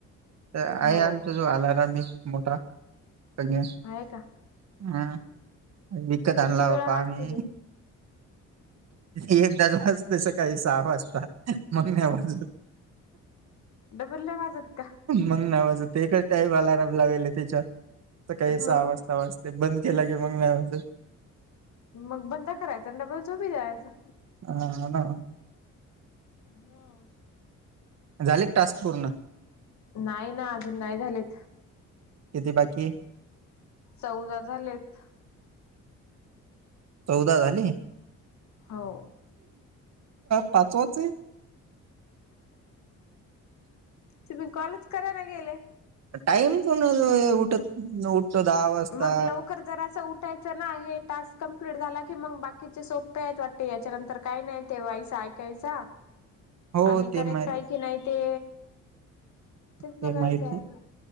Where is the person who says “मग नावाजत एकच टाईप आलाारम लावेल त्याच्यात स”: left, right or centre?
Right